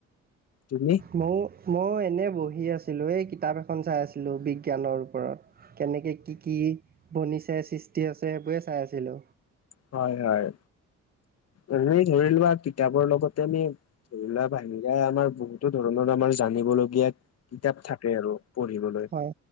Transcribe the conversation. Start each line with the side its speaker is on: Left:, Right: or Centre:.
Left: তুমি?
Right: ময়ো মই এনেই বহি আছিলোঁ, এই কিতাপ এখন চাই আছিলোঁ, বিজ্ঞানৰ ওপৰত। কেনেকে কি কি বনিছে, সৃষ্টি হৈছে সেইবোৰে চাই আছিলো।
Left: হয় হয়। এনে ধৰি লোৱা কিতাপৰ লগতে আমি ধৰি লোৱা বাহিৰা আমাৰ বহুতো ধৰণৰ আমাৰ জানিবলগীয়া কিতাপ থাকে আৰু পঢ়িবলৈ,
Right: হয়